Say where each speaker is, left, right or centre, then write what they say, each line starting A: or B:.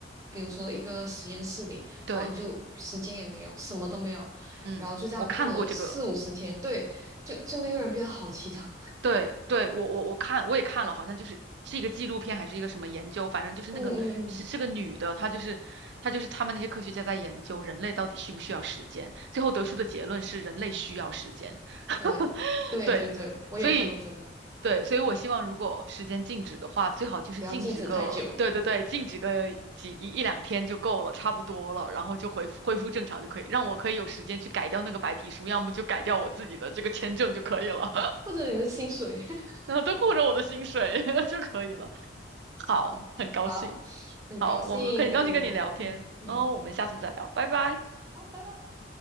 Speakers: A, on the right (about 20°); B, on the right (about 65°).
A: 比如说一个实验室里，
B: 对，
A: 然后你就时间也没有，什么都没有，
B: 嗯，
A: 然后就这样过了四五十天，
B: 我看过这个。
A: 对，就就那个人变得好凄惨。
B: 对对，我我我看我也看了，好像就是是一个纪录片还是一个什么研究，反正就是那个是是个女的，
A: 嗯嗯嗯，
B: 她就是她就是他们那些科学家在研究人类到底需不需要时间，最后得出的结论是人类需要时间。
A: 对对对对，
B: <laughs> 对，
A: 我也看过这个，
B: 所以对，所以我希望如果时间静止的话，最好就是静止个对对对，
A: 不要静止太久，
B: 静止个几一一两天就够了，差不多了，然后就恢复恢复正常就可以，让我可以有时间去改掉那个白皮书，要么就改掉我自己的这个签证就可以了。
A: 或者你的薪水。<laughs>
B: 然后都顾着我的薪水 <laughs> 就可以了。好，很高兴。
A: 好，很高兴跟你聊，
B: 好，我们很高兴跟你聊天，
A: 嗯嗯，
B: 然后我们下次再聊，拜拜。
A: 好，拜拜。